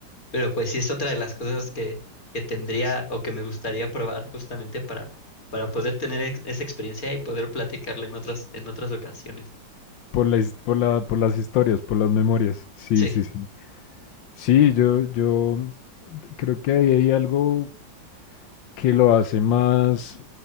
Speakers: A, on the left; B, on the left.
A: Pero pues sí es otra de las cosas que, que tendría o que me gustaría probar justamente para, para poder tener ex- esa experiencia y poder platicarla en otras, en otras ocasiones.
B: Por la his- por la- por las historias, por las memorias. Sí,
A: Sí.
B: sí, sí. Sí, yo, yo creo que ahí hay algo que lo hace más